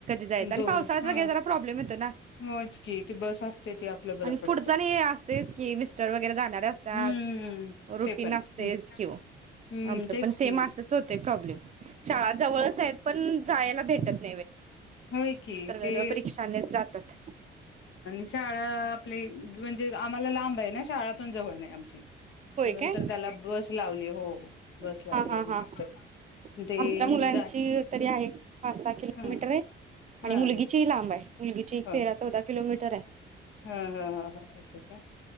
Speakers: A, on the right; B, on the left.
A: जायच आणि
B: दोन
A: पावसाळ्यात
B: हा
A: वगैर जरा प्रॉब्लेम येतो ना
B: होच की ती बस असते ती आपलं बरं
A: आणि
B: पडतं
A: पुढच आणि असतयच कि मिस्टर वगैरे जाणारे असतात
B: हम्म
A: रुटीन
B: ते पण आहे
A: असतेच किं
B: हम्म
A: आमच
B: तेच
A: पण सेम
B: की
A: असच होते प्रॉब्लेम शाळा जवळच आहेत पण जायला भेटत
B: होय की
A: सर्व
B: ते,
A: परीक्षानेच जातात.
B: शाळा आपली म्हणजे आम्हाला लाब ना <inaudible> शाळा पण जवळ नाही आमची
A: होय
B: म्हणून
A: काय?
B: तर, त्याला बस- लावली हो. बस
A: हा,
B: लावली
A: हा,
B: म्हणून
A: हा हं
B: तरी ते
A: आमच्या मुलांची
B: जा
A: तरी आहे पाच- सहा किलोमीटर
B: हा
A: आहे.
B: हा
A: आणि मुलगीची ही लांब आहे. मुलगीची एक
B: हो
A: तेरा-चौदा किलोमीटर- त्तर <unintelligible>
B: हा हा ह ह अस का